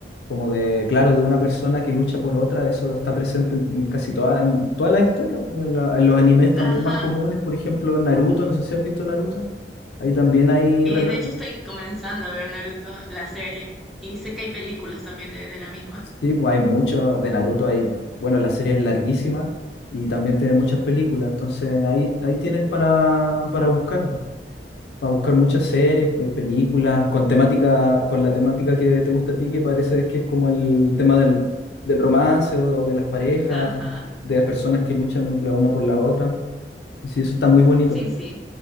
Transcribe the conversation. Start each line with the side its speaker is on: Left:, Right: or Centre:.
Left: como de, claro, de una persona que lucha por otra, eso está presente en en casi todas, en todas las historias, como en, la- en los animes también
Centre: Ajá.
Left: más comunes, por ejemplo, Naruto, no sé si has visto Naruto, ahí también hay,
Centre: Eh,
Left: rela-
Centre: de hecho, estoy comenzando a ver Naruto, la serie, y sé que hay películas también de, de la misma.
Left: Sí, pues hay mucho de Naruto, hay, bueno, la serie es larguísima y también tiene muchas películas, entonces ahí, ahí tienes para, para buscar, para buscar muchas series, pe- películas, con temática, con la temática que te gusta a ti, que parece que es como el tema del, del romance o, o de las parejas,
Centre: Ajá,
Left: de las personas que luchan la una por la otra. Y sí, eso está muy bonito.
Centre: sí, sí.